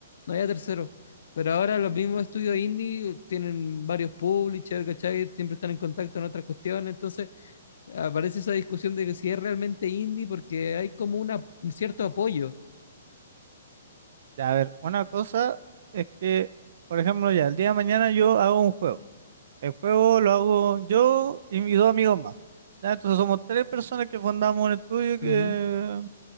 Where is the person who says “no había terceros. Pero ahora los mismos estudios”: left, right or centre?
Left